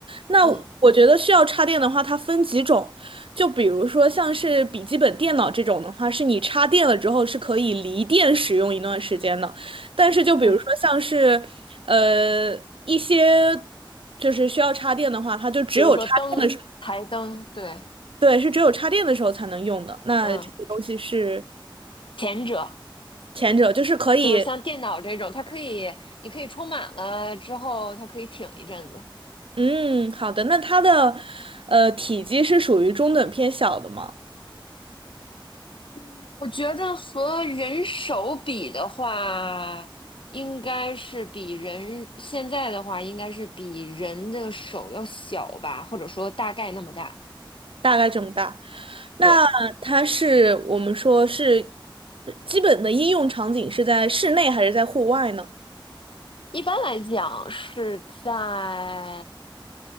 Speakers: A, on the right; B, on the left.
A: 那我觉得需要插电的话，
B: 嗯
A: 它分几种，就比如说像是笔记本电脑这种的话，是你插电了之后是可以离电使用一段时间的。但是就比如说像是呃一些
B: 嗯，
A: 就是需要插电的话，它就只有插电的时候，
B: 比如说灯、台灯，对，
A: 对，是只有插电的时候才能用的。那这个东西是
B: 嗯，前者。
A: 前者，就是可以，
B: 就是像电脑这种，它可以，你可以充满了之后，它可以挺一阵子。
A: 嗯，好的。那它的呃体积是属于中等偏小的吗？
B: 嗯，我觉得和人手比的话，应该是比人现在的话，应该是比人的手要小吧，或者说大概那么大。
A: 大概这么大。那它是我们说是
B: 对，
A: 呃基本的应用场景是在室内还是在户外呢？
B: 一般来讲是在，